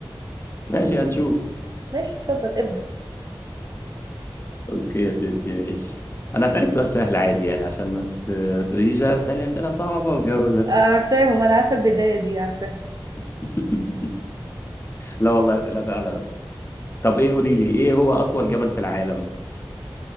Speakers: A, on the left; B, on the right.
A: ماشي
B: مش
A: هنشوف
B: ماشي اتفضل ابدأ
A: اوكي يا ستي ماشي انا هسألك سؤال سهل عادي يعني عشان ما ت- ما تقوليليش بقى تسألي أسئلة صعبة والجو ده
B: عارفاهم انا عارفة البداية دي عارفاه
A: <laughs> لا والله أسئلة سهلة أوي. طب ايه قولي لي ايه هو أطول جبل في العالم